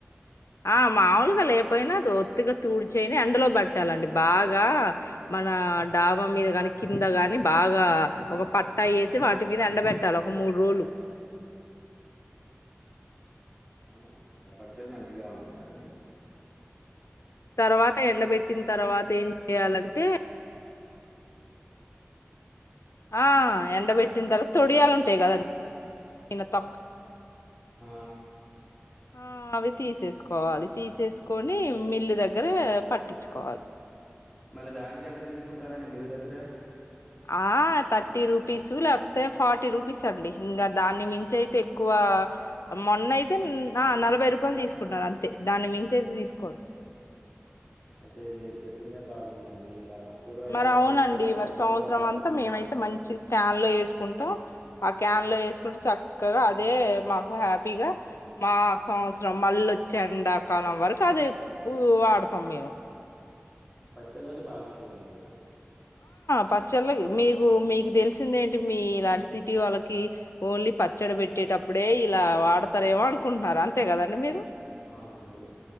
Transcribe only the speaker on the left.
ఆ మాముూలు లేకపోయినా అది ఒత్తుగా తూడ్చయిని ఎండలో బట్ ట్టాలండి బాగా మన డాబా మీద కానీ కింద కాగాని బాగా ఒక పట్టా ఏస్ వాటి మీద ఎండబెట్టాలి ఒక మూడు రోజులు
తర్వాత ఎండబెట్టిన తర్వాత ఏం చెయాలంటే ఆ ఎండబెట్టిన తర్వాత ఒడియాలు ఉంటాయి కదండి తొక్
ఆ అవి తీసేసుకోవాలి తీసేసుకొని మిల్లు దగ్గర పట్టి కాద్
ఆ థర్టీ రూపీస్ లేకపోతే ఫార్టీ రూపీస్ అండి ఇంక దాన్ని మించి అయితే ఎక్కువ మొన్న అయితే నలభై రూపాయలు తీసుకున్నారు అంతే దాని మించి అయితే తీసుకోరు
మరి అవునండి
మరి సంవత్సరం
అంతా మేమైతే మంచి క్యాన్ లో ఏసుకుంటాం ఆ క్యాన్ లో వేసుకుంటూ చక్కగా అదే మాకు హ్యాపీగా మా సంవత్సరం మళ్ళీ వచ్చే ఎండాకాలం వరకు అదే వాడతాం మేము
పచ్చళ్ళకి మీకు మీకు తెలిసిందేంటి మీ ఇలాంటి సిటీ వాళ్ళకి ఓన్లీ పచ్చడి పెట్టేటప్పుడే ఇలా వాడతారేమో అనుకుంటున్నారు అంతే కదండి మీరు